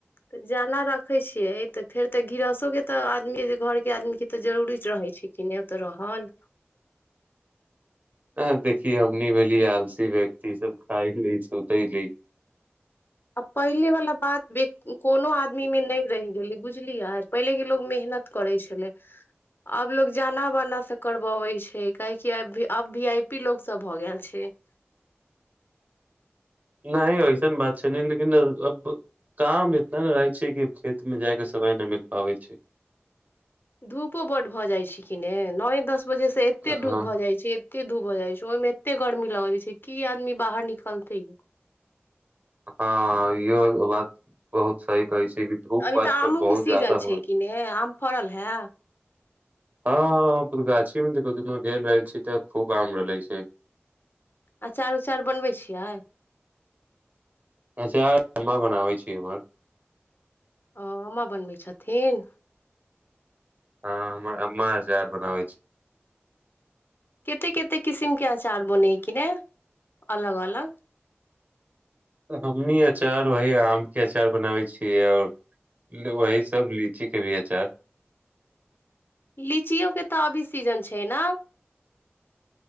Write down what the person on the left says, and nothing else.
तऽ जाना रखै छियै तऽ फेर तऽ गृहसोके तऽ आदमी घरके आदमीके तऽ जरूरी रहै छै कि नहि ओ तऽ रहल
आ पहिले वालला बात कोनो आदमी मे नहि <unintelligible>
धूपो बड भऽ जाइत छै कि ने नए दस वजह से एते
धूप भऽ जाइ छै एते धूप भऽ जाइ छै ओहिमे एते गरमी लगाब छै की आदमी बाहर निकलते
अभी
तऽ आमोके
सीजन
छै
कि ने आम फड़ल हए
अचार उचार बनबै छियै
ओ अम्मा बनबै छथिन
कते कतेक किसिम के अचार बनेै कि ने अलग अलग
लीचियओ के तऽ अभी सीजन छै ने